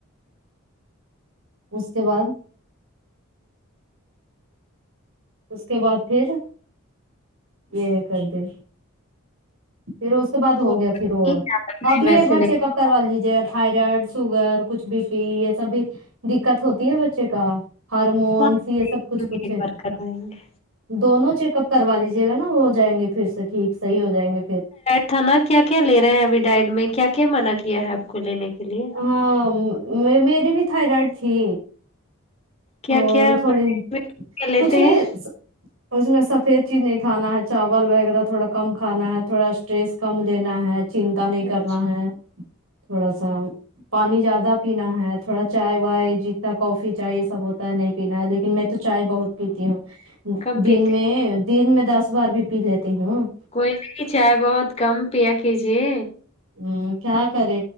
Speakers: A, on the right; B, on the left.
A: اس کے بعد اس کے بعد پھر یہ کرتے پھر اس کے بعد ہو
B: کوئی
A: گیا پھر
B: نہیں
A: وہ
B: جاتا، میرے
A: ابھی
B: ویسے
A: ایک بار
B: نہیں
A: چیک اپ
B: ہوتا.
A: کروا لیجیے تھائرائڈ سوگر کچھ بی پی یہ سب بھی دککت ہوتی ہے بچے کا ہارمونس
B: ہاں
A: یہ سب کچھ کچھ
B: ایک
A: ہے
B: بار کروائیں گے
A: دونوں چیک اپ کروا لیجیے گا نا وہ ہو جائیں گے پھر سے ٹھیک صحیح ہو جائیں گے پھر
B: کھا نا کیا کیا لے رہے ہیں ابھی ڈائٹ میں کیا کیا منع کیا ہے آپ کو لینے کے لیے
A: ہاں میری بھی تھائرائڈ تھی تو
B: کیا کیا
A: تھوڑی
B: پرہیز میں کیا لیتے
A: کچھ نہیں
B: ہیں
A: سا اس میں سفید چیز نہیں کھانا ہے چاول وغیرہ تھوڑا کم کھانا ہے تھوڑا اسٹریس کم لینا ہے چنتا نہیں
B: اچھا
A: کرنا ہے تھوڑا سا پانی زیادہ پینا ہے تھوڑا چائے وائے جتنا کافی چائے یہ سب ہوتا نہیں پینا لیکن میں تو چائے بہت پیتی ہوں
B: کم پیتے
A: دن میں
B: ہیں؟
A: دن میں دس بار بھی پی لیتی ہوں
B: کوئی نہیں چائے بہت کم پیا کیجیے
A: ھمم کیا کرے